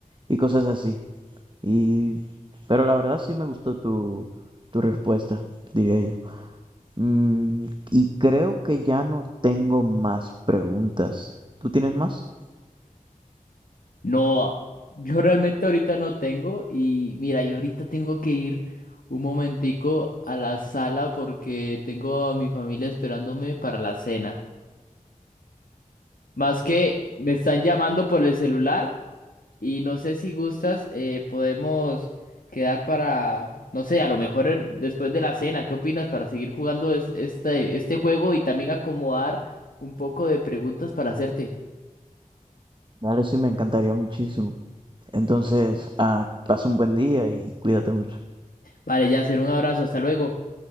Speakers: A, on the right (about 35°); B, on the left (about 80°).
A: y cosas así. Y, pero la verdad sí me gustó tu, tu respuesta, diría yo. Mm, y creo que ya no tengo más preguntas. ¿Tú tienes más?
B: No, yo realmente ahorita no tengo y mira, yo ahorita tengo que ir un momentico a la sala porque tengo a mi familia esperándome para la cena. Más que me están llamando por el celular. Y no sé si gustas, eh, podemos quedar para, no sé, a lo mejor er- después de la cena, ¿qué opinas para seguir jugando es- este, este juego y también acomodar un poco de preguntas para hacerte?
A: Dale, sí, me encantaría muchísimo. Entonces, ah, pasa un buen día y cuídate mucho.
B: Vale, ya hacer un abrazo, hasta luego.